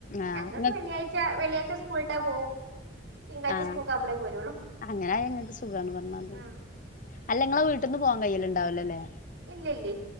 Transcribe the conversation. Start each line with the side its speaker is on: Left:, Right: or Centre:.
Left: ആഹ്
Right: ഞങ്ങൾക്ക്
Left: ഇങ്ങക്ക്
Right: വെള്ളിയാഴ് ച്ച വെള്ളിയാഴ്ച്ച സ്കൂളിട്ടാ പോവും തിങ്കളാഴ്ച
Left: ആഹ്
Right: സ്കൂൾക്കാവുമ്പളേ പോരുള്ളൂ
Left: അങ്ങനായാ ഇങ്ങക്ക് സുഖാണ് പറഞ്ഞമാതിരി
Right: ആഹ്
Left: അല്ല ഇങ്ങളെ വീട്ട്ന്ന് പോവാൻ കയ്യിലുണ്ടാവില്ലല്ലേ
Right: ഇല്ലില്ലേ